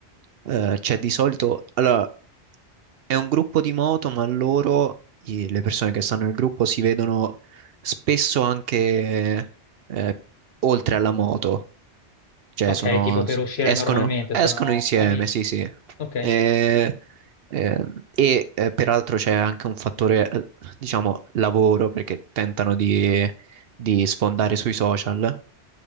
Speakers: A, on the right (about 65°); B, on the left (about 65°).
A: eh, c'è di solito. Allora, È un gruppo di moto, ma loro, i- le persone che stanno nel gruppo, si vedono spesso anche eh, oltre alla moto, cioè
B: Ok,
A: sono,
B: tipo per uscire
A: escono,
B: normalmente,
A: escono
B: sono
A: insieme,
B: amici.
A: sì, sì.
B: Ok,
A: E, ehm, e, eh, peraltro c'è anche un fattore, eh, diciamo, lavoro, perché tentano di, di sfondare sui social,